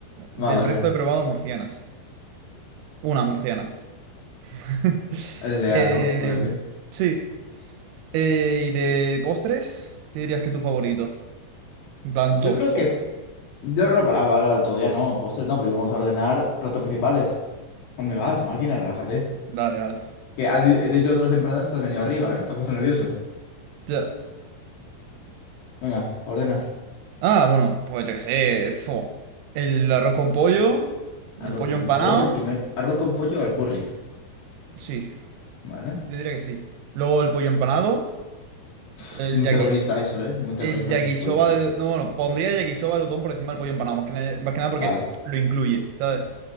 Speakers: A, on the right; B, on the left.
A: Del
B: Ah, vale.
A: resto he probado murcianas. Una murciana. <laughs>
B: Eres leal,
A: Eh,
B: ¿no? Se puede decir.
A: sí. Eh, ¿y de postres? ¿Qué dirías que es tu favorito? En plan
B: Yo
A: top,
B: creo
A: top.
B: que. Yo no, no, para ahora ahora todavía no, postres no, porque vamos a ordenar platos principales. ¿Dónde vas, máquina? Relájate.
A: Vale, vale.
B: Que has di- he te dicho otras empanadas y te has venido arriba, ¿eh? Te has puesto nervioso.
A: Ya.
B: Venga, ordena.
A: Ah, bueno, pues yo qué sé. fo. El arroz con pollo, el
B: Arroz
A: pollo
B: con
A: empanado.
B: pollo primero. Arroz con pollo al curry,
A: Sí,
B: ¿vale?
A: Yo diría que sí. Luego el pollo empanado,
B: Uf,
A: el
B: muy
A: yaki,
B: terrorista eso, ¿eh? Muy terrorista
A: el yakisoba
B: el pollo en pan.
A: de... No, bueno, pondría el yakisoba de udon por encima del pollo empanado, más que nada, más que nada porque
B: Vale.
A: lo incluye, ¿sabes?